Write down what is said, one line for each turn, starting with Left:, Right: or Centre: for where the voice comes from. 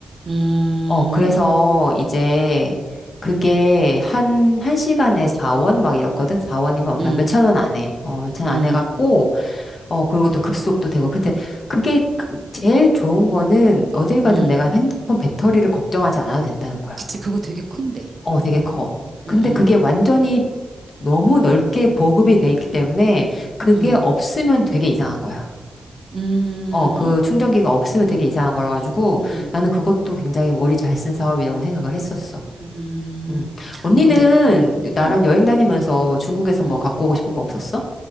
Right: 음,
Left: 어, 그래서 이제 그게 한, 한 시간에 4원 막 이렇거든? 4원이면 얼마?
Right: 응,
Left: 몇천 원 안 해. 어, 몇천
Right: 응,
Left: 원 안 해갖고, 어, 그리고 또 급속도 되고. 근데 그게 그- 제일 좋은 거는 어딜 가든
Right: 응.
Left: 내가 핸드폰 배터리를 걱정하지 않아도 된다는 거야.
Right: 그치 그거 되게 큰데.
Left: 어, 되게 커.
Right: 응,
Left: 근데
Right: 응, 응,
Left: 그게 완전히 너무 넓게 보급이 돼 있기 때문에 그게
Right: 응,
Left: 없으면 되게 이상한 거야.
Right: 응,
Left: 어, 그 충전기가 없으면 되게 이상한 거라 가지고
Right: 응.
Left: 나는 그것도 굉장히 머리 잘 쓴 사업이라고 생각을 했었어.
Right: 음,
Left: 음. 언니는
Right: 어, 근데, 음,
Left: 나랑
Right: 음,
Left: 여행 다니면서 뭐 중국에서
Right: 음.
Left: 뭐 갖고 오고 싶은 거 없었어?